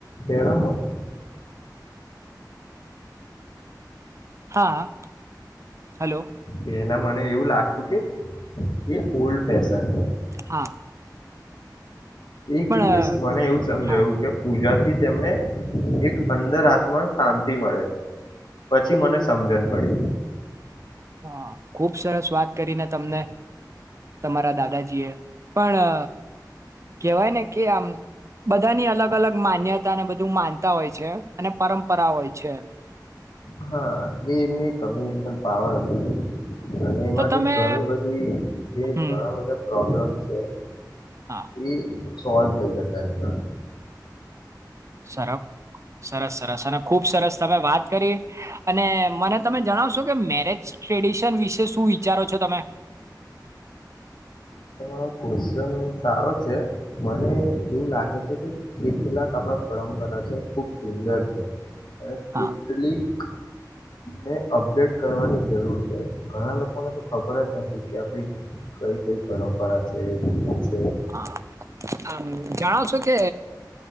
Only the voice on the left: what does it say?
તેરમ વષ.
પેલા મને એવું લાગતું કે. એ ઓલ્ડ ફેશન છે.
એક
દિવસ મને એવું સમજાવ્યું
કે પૂજા થી. ને એક અંદર આાત્મા શાંતિ મળે છે પછી મને સમજણ પડી.
હા એ એમની કોમ્યુનિકેશન પાવર હતી. અને એમાંથી
ઘણી બધી જે
ઘણા બધા પ્રોબ્લેમ. છે.
<inaudible> સોલ્વ થઈ જતા એમના.
ક્વેશચન સારો છે મને એવું લાગે છે કે કેટલાક આપણા પરંપરા છે ખુબ સંદર છે. એ કેથલિક.
ને અપડેટ કરવાની જરૂર છે ઘણા લોકોને તો ખબર જ નથી કે આપડી કઈ કઈ પરંપરા. છે તે.